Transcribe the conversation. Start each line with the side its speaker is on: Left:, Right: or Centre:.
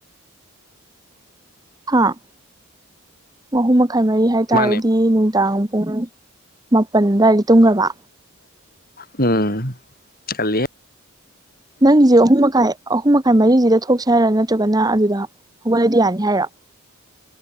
Right: ꯍꯥꯥ ꯑꯍꯨꯝ ꯃ ꯈꯥꯏ ꯃꯔꯤ ꯍꯥꯏꯇꯥꯔꯗꯤ
Left: ꯃꯥꯅꯦ
Right: ꯅꯨꯡꯗꯥꯡ ꯄꯨꯡ ꯃꯥꯄꯜ ꯑꯗꯨꯋꯥꯏꯗꯩ ꯇꯨꯝꯒ꯭ꯔꯕ
Left: ꯎꯝ ꯉꯜꯂꯤꯍꯦ
Right: ꯅꯪꯒꯤꯁꯦ ꯑꯍꯨꯝꯃꯈꯥꯏ ꯑꯍꯨꯝꯃ ꯈꯥꯏ ꯃꯔꯤꯁꯤꯗ ꯊꯣꯛꯁꯦ ꯍꯥꯏꯔꯣ ꯅꯠꯇ꯭ꯔꯒꯅ ꯑꯗꯨꯗ ꯍꯧꯒꯠꯂꯗꯤ ꯌꯥꯅꯤ ꯍꯥꯏꯔꯣ